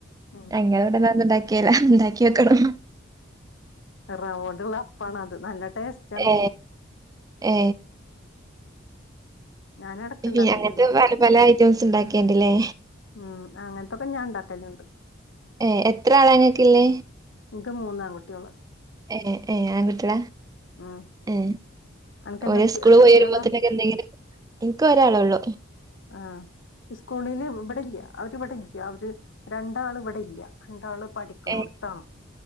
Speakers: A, on the left (about 65°); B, on the right (about 20°).
A: ഉം
B: ഞങ്ങളവിടെഅതൊന്നും ഉണ്ടാക്കിയേല്ലാ ഉണ്ടാക്കിയോക്കണം.
A: റൗണ്ടൊള്ള അപ്പാണത് നല്ല ടേസ്റ്റ്
B: ഏ ഏ
A: ഞാൻ എടക്ക്
B: പിന്നെ
A: ഇണ്ടാക്കല്ണ്ട്
B: അങ്ങനത്തെ പല പല ഐറ്റംസ് ഉണ്ടാക്കിയേണ്ടല്ലേ.
A: ഉം അങ്ങനെത്തൊക്കെ ഞാൻ ഉണ്ടാക്കലൊണ്ട്.
B: ഏ എത്രയാളാ നിങ്ങക്കിള്ളേ
A: നിക്ക് മൂന്നാൺകുട്ടികള്.
B: ഏ ഏ ആൺകുട്ടിയളാ
A: ഉം
B: ഏ
A: അനക്ക് എന്ത്
B: ഓര്
A: കുട്ടി
B: സ്കൂള്പോയി
A: എന്ത് കുട്ട്യോളാ
B: വരുമ്പോത്തെനൊക്കെ എന്തെങ്കിലും എന്ക്ക് ഒരാളെയൊള്ളു.
A: ആ സ്കൂളില് ഇവിടെയില്ലൃ അവര് ഇവിടെയില്ലൃ അവര് രണ്ടാള് ഇവിടെയില്ലാ. രണ്ടാള് പഠിക്കണോടത്താണ്
B: ഏ